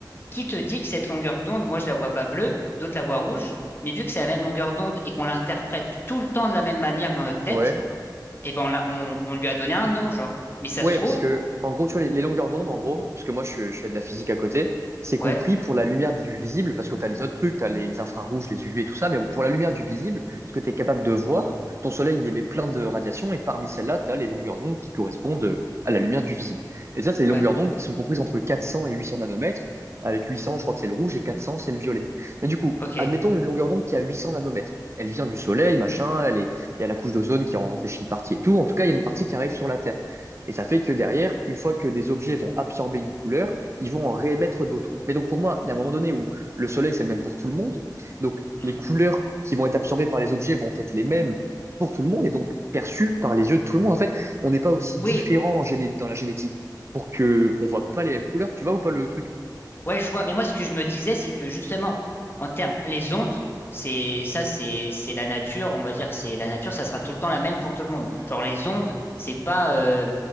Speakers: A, on the left; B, on the right.
A: qui te dit que cette longueur d'onde, moi je la vois pas bleue, d'autres la voient rouge, mais vu que c'est la même longueur d'onde et qu'on l'interprète tout le temps de la même manière dans notre tête,
B: ouais.
A: eh ben on, l'a- on, on lui a donné un nom, genre. Mais ça
B: Ouais,
A: se trouve,
B: parce que, en gros, tu vois, les, les longueurs d'onde, en gros, parce que moi, je, je fais de la physique à côté, c'est compris
A: ouais,
B: pour la lumière du visible, parce que tu as les autres trucs, tu as les, les infrarouges, les UV, tout ça, mais pour la lumière du visible, ce que tu es capable de voir, ton soleil, il émet plein de radiations, et parmi celles-là, tu as les longueurs d'onde qui correspondent euh, à la lumière du visible. Et ça, c'est les
A: ouais,
B: longueurs d'onde qui sont comprises entre 400 et 800 nanomètres, avec 800, je crois que c'est le rouge, et 400, c'est le violet. Mais du coup,
A: ok.
B: admettons une longueur d'onde qui a 800 nanomètres. Elle vient du soleil, machin, elle est, il y a la couche d'ozone qui en réfléchit une partie et tout. En tout cas, il y a une partie qui arrive sur la Terre. Et ça fait que derrière, une fois que des objets vont absorber une couleur, ils vont en réémettre d'autres. Mais donc pour moi, d'un moment donné où le soleil, c'est le même pour tout le monde, donc
A: Mhm.
B: les couleurs qui vont être absorbées par les objets vont être les mêmes pour tout le monde et donc perçues par les yeux de tout le monde. En fait, on n'est pas aussi
A: Oui,
B: différent en géné- dans la génétique pour que on voit pas les mêmes couleurs. Tu vois ou pas le truc?
A: Ouais, je vois. Mais moi, ce que je me disais, c'est que justement, en termes, les ondes, c'est ça, c'est c'est la nature. On va dire, c'est la nature. Ça sera tout le temps la même pour tout le monde. Genre les ondes, c'est pas, euh,